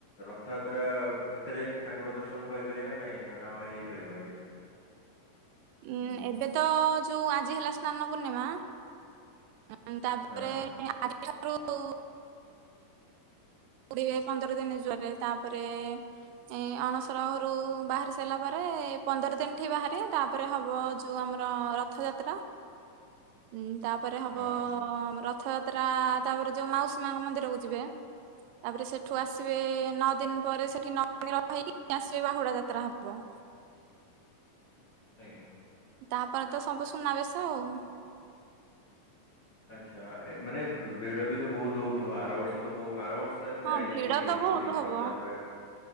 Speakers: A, on the left; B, on the right.
A: ରଥଯାତ୍ରା ଭିତରେ ଠାକୁର ଦର୍ଶନ କରିପାରିବା ନା ନାଇଁ ହଁ ହେଇପାରିବନି।
B: ଉଁ
A: ହୁଁ,
B: ଏବେ ତ-ଅ ଯୋଉ ଆଜି ହେଲା ସ୍ନାନ ପୂର୍ଣ୍ଣିମା ଉଁ ତାପରେ
A: ହଁ
B: ଆଜିଠାରୁ-ଉ
A: ହ <inaudible>
B: ପୁଡିବେ ପନ୍ଦର ଦିନ ଜ୍ୱରରେ ତାପରେ-ଏ ଏ ଅଣସର ଘରୁ ବାହାରି ସାଇଲା ପରେ ପନ୍ଦର ଦିନ ଠି ବାହାରିବେ ତା ପରେ ହବ ଯୋଉ ଆମର ରଥଯାତ୍ରା ଉଁ ତାପରେ ହବ-ଅ
A: ହଁ।
B: ବ ରଥଯାତ୍ରା ତାପରେ ଯୋଉ ମାଉସୀ ମାଙ୍କ ମନ୍ଦିରକୁ ଯିବେ ତାପରେ ସେଠୁ ଆସିବେ-ଏ ନଅ ଦିନ ପରେ ସେଠି <unintelligible> ହେଇକି ଆସିବେ ବାହୁଡା ଯାତ୍ରା ହବ।
A: ନାଗିଗଲା।
B: ତାପରେ ତ ସବୁ ଶୁନା ବେଶ ଆଉ।
A: ଆଚ୍ଛା ଏ ମାନେ ଭିଡ଼ ବି ତ ବହୁତ ହଉଥିବ ଆର ବର୍ଷ ତ ବହୁ ଆର ବର୍ଷ
B: ହଁ
A: ଯାଇଥିଲି
B: ଭିଡ ତ ବହୁତ
A: ପୁରୀ
B: ହବ।
A: ରଥଯାତ୍ରାରେ